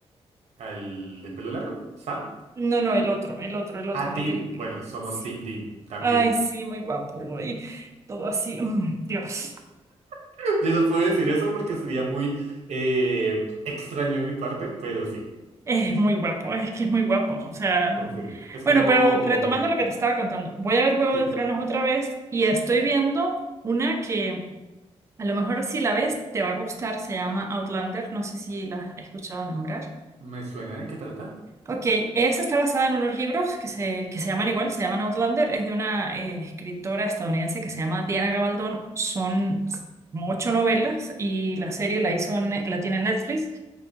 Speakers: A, on the right; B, on the right.
A: ¿El de pelo largo? ¿Sam?
B: No, no, el otro, el otro, el otro,
A: Ah,
B: el
A: Dean.
B: que tiene
A: Bueno,
B: que...
A: somos
B: Sí.
A: Team Dean también.
B: Ay, sí, muy guapo. Y todo así, mm, Dios,
A: <laughs> Yo no puedo decir eso porque sería muy eh, extraño de mi parte, pero sí,
B: es muy guapo, es que es muy guapo. O sea,
A: confirmo. Es
B: bueno,
A: como...
B: pero retomando lo que te estaba contando, voy a ver Juego
A: Sí,
B: de Tronos otra vez y estoy viendo una que a lo mejor si la ves te va a gustar, se llama Outlander, no sé si la has escuchado nombrar.
A: me suena de qué trata.
B: Ok, esa está basada en unos libros que se, que se llaman igual, se llaman Outlander, es de una eh, escritora estadounidense que se llama Diana Gabaldón, son como ocho novelas y la serie la hizo, Ne- la tiene Netflix